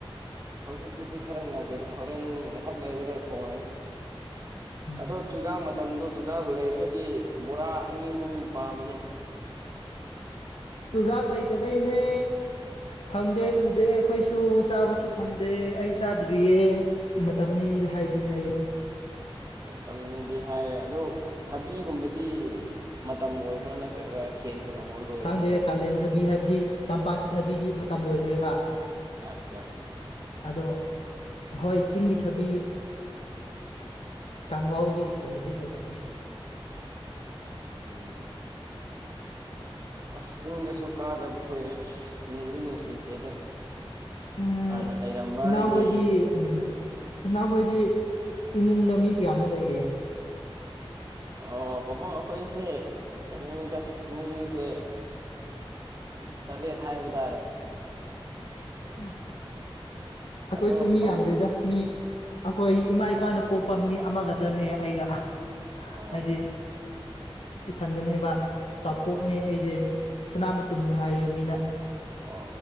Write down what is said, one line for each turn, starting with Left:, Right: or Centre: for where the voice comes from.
Right: ꯍꯧꯖꯤꯛꯄꯨꯗꯤ ꯈꯔ ꯉꯜꯂꯤꯗ ꯍꯣꯔꯦꯟ ꯉꯥꯏꯍꯥꯛ ꯂꯩꯔꯒ ꯊꯣꯡꯉꯅꯤ
Left: ꯎꯝ
Right: ꯑꯗꯣ ꯆꯨꯖꯥꯛ ꯃꯇꯝꯗꯨ ꯆꯨꯖꯥꯛ ꯂꯩꯔꯒꯗꯤ ꯕꯣꯔꯥ ꯑꯅꯤ ꯑꯍꯨꯝ ꯄꯥꯝꯃꯤꯅꯦ
Left: ꯆꯨꯖꯥꯛ ꯂꯩꯇꯕꯩꯅꯦ ꯐꯪꯗꯦ ꯎꯗꯦ ꯑꯩꯈꯣꯏꯁꯨ ꯆꯥꯕꯁꯨ ꯐꯪꯗꯦ ꯑꯩ ꯆꯥꯗ꯭ꯔꯤꯌꯦ ꯃꯇꯝꯅꯤ ꯍꯥꯏꯗꯤ ꯍꯥꯏꯌꯦ
Right: <inaudible> ꯃꯇꯝꯅꯤꯗꯤ ꯍꯥꯏꯔꯦ ꯑꯗꯣ ꯊꯕꯤꯒꯨꯝꯕꯗꯤ ꯃꯇꯝ ꯑꯣꯏꯕ꯭ꯔꯥ ꯅꯠꯇ꯭ꯔꯒ ꯍꯦꯟꯈ꯭ꯔꯕꯣ ꯂꯣꯏꯈ꯭ꯔꯕꯣ
Left: ꯑꯁ ꯈꯪꯗꯦ ꯀꯥꯂꯦꯟ ꯊꯕꯤ ꯍꯥꯏꯕꯗꯤ ꯇꯝꯄꯥꯛꯀꯤ ꯊꯕꯤꯗꯤ ꯃꯇꯝ ꯂꯣꯏꯈ꯭ꯔꯦꯕ
Right: ꯑꯠꯆꯥ
Left: ꯑꯗꯣ ꯍꯣꯏ ꯆꯤꯡꯒꯤ ꯊꯕꯤ ꯀꯪꯂꯥꯎꯒꯤ ꯒꯨꯝꯕꯗꯤ ꯂꯩꯔꯝꯅꯤ
Right: ꯎꯝ ꯎꯝ ꯑꯁ ꯆꯤꯡꯗꯁꯨ ꯀꯥꯗꯕ ꯀꯨꯏꯔꯦ ꯑꯁ ꯅꯨꯡꯗꯤ ꯅꯨꯡꯁꯤꯈ꯭ꯔꯦꯗ
Left: ꯎꯝ
Right: ꯍꯥꯟꯅ ꯂꯩꯔꯝꯕ
Left: ꯏꯅꯥꯎꯈꯣꯏꯗꯤ
Right: ꯑꯩꯒꯤ
Left: ꯎꯝ ꯏꯅꯥꯎꯈꯣꯏꯗꯤ ꯏꯃꯨꯡꯗ ꯃꯤ ꯀꯌꯥꯃꯨꯛ ꯂꯩꯒꯦ
Right: ꯑꯣ ꯄꯥꯕꯨꯡ ꯑꯩꯈꯣꯏꯁꯦ ꯀꯩꯅꯣꯅꯤꯗ ꯏꯃꯨꯡꯁꯦ ꯇꯔꯦꯠ ꯍꯥꯏꯕꯥꯇꯥꯔꯦ
Left: <unintelligible> ꯑꯩꯈꯣꯏꯁꯨ
Right: ꯑꯗꯣ
Left: ꯃꯤ
Right: ꯄꯥꯕꯨꯡ
Left: ꯌꯥꯝꯗꯦꯗ ꯃꯤ ꯑꯩꯈꯣꯏ ꯏꯃꯥ ꯏꯄꯥꯅ ꯄꯣꯛꯄ ꯃꯤ ꯑꯃꯒꯗꯅꯦ ꯑꯩꯒ
Right: ꯑ‌ꯣ
Left: ꯍꯥꯏꯗꯤ ꯏꯊꯟꯗꯅꯦꯕ ꯆꯥꯎꯄꯣꯛꯅꯦ ꯑꯩꯁꯦ ꯁꯅꯥ ꯃꯇꯨꯝꯁꯨ ꯍꯥꯏꯌꯦ ꯃꯤꯅ
Right: ꯑ